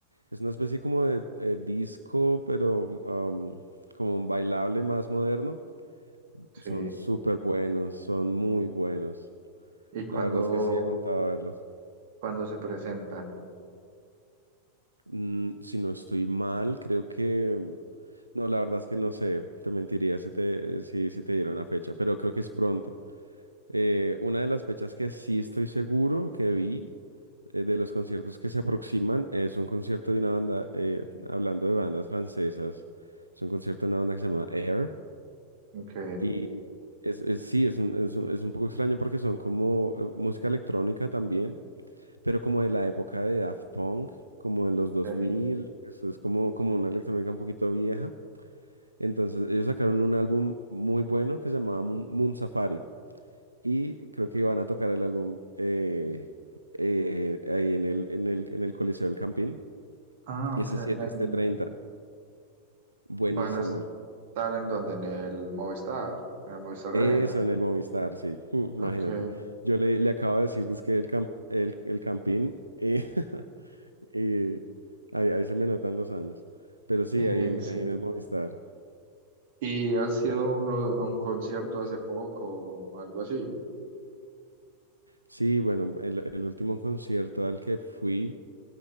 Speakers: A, on the right (about 85°); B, on the right (about 50°).
A: Es una especie como de eh, disco, pero um, como un bailable más moderno.
B: sí.
A: Son súper buenos, son muy buenos.
B: ¿Y cuándo,
A: La verdad es que sí aguantaba verlos.
B: cuándo se presentan?
A: Mm, si no estoy mal, creo que... No, la verdad es que no sé, te mentiría si te, si, si te diera una fecha, pero creo que es pronto. Eh, una de las fechas que sí estoy seguro que vi eh, de los conciertos que se aproximan es un concierto de una banda, eh, hablando de bandas francesas, es un concierto de una banda que se llama Air.
B: Ok,
A: Y es, es- sí, es un, es un- es un poco extraño porque son como eh, música electrónica también pero como de la época de Daft Punk, como de los 2000,
B: ok.
A: que eso es como, como una electrónica un poquito vieja. Entonces ellos sacaron un álbum muy bueno que se llamaba Moon Moon Safari y creo que iban a tocar el álbum eh, eh, ahí en el, en el, en el Coliseo del Campín.
B: Ah,
A: Ese
B: ok.
A: 7, este
B: en-
A: 30, buenísimo.
B: van a estar en donde, en el Movistar, en el Movistar
A: Eso
B: Arena.
A: en el Movistar, sí, <laughs> imagínate.
B: Ok,
A: Yo le, le acabo de decir, que el, camp- el, el Campín. eh, <laughs> Y ahí, ahí se me notan los años. Pero sí,
B: eh,
A: ahí en,
B: sí.
A: ahí en el Movistar.
B: ¿Y has ido uno- a un concierto hace poco o algo así?
A: Sí, bueno, el, el último concierto al que fui,